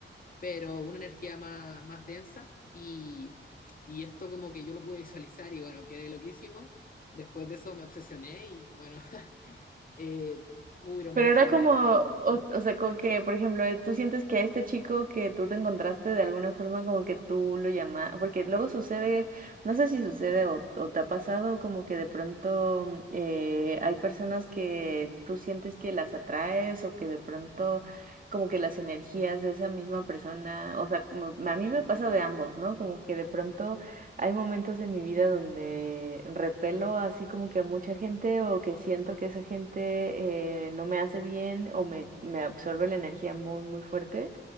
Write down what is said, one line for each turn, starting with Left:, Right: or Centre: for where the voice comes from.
Left: pero una energía más, más densa y, y esto como que yo lo pude visualizar y bueno, quedé loquísimo. Después de eso me obsesioné y bueno, <laughs> eh, hubieron
Right: Pero
Left: muchos
Right: era como,
Left: eventos.
Right: o,
Left: ¿m?
Right: o sea, como que, por ejemplo, eh, tú sientes que a este chico que tú te encontraste de alguna forma como que tú lo llamas, porque luego sucede, no sé si sucede o, o te ha pasado como que de pronto mm, eh, hay personas que tú sientes que las atraes o que de pronto como que las energías de esa misma persona, o sea, como- a mí me pasa de ambos, ¿no? Como que de pronto hay momentos en mi vida donde repelo así como que a mucha gente o que siento que esa gente eh, no me hace bien o me, me absorbe la energía muy, muy fuerte